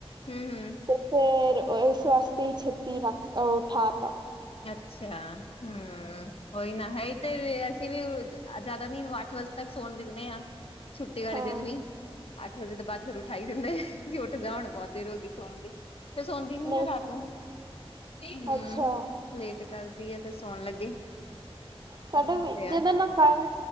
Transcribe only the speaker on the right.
ਤੇ ਫਿਰ ਇਸ ਵਾਸਤੇ ਹੀ ਛੇਤੀ ਲ ਉਠਾਤਾ।
ਹਾਂ
ਨਹੀਂ
ਅੱਛਾ
ਸਾਡਾ
ਜਿਦਾਂ ਨਾ ਕੱਲ